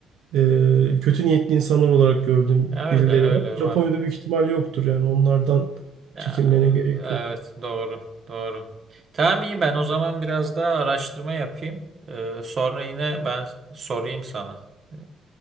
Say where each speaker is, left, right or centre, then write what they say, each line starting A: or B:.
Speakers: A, on the right; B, on the right.
A: e, kötü niyetli insanlar olarak gördüğüm
B: Ya
A: birileri
B: öyle öyle
A: var. Japonya'da
B: var.
A: büyük ihtimal yoktur yani onlardan
B: Ya,
A: çekinmene gerek
B: evet
A: yok.
B: doğru doğru. Tamam iyi ben o zaman biraz daha araştırma yapayım. Ee, sonra yine ben sorayım sana. Ee,